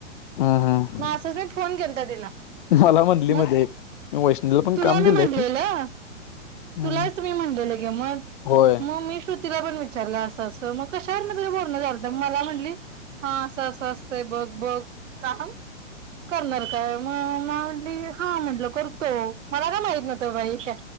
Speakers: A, on the left; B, on the right.
A: हम्म हम्म
B: मा असच म फोन केता दिला
A: मला म्हणली
B: मग
A: मध्ये मी वैष्णवीला पण
B: तुला
A: काम
B: मी
A: दिलंय.
B: म्हटलेलं
A: हम्म
B: तुलाच मी म्हणलेलं क मग
A: होय
B: म मी तिला पण विचारलं अस अस मग कशावर तरी बोलण झालं म मला म्हटली हा अस असतय बघ बघ का करणार काय मग म्हटली हा म्हटलं करतो मला काय माहित नव्हत बाई काय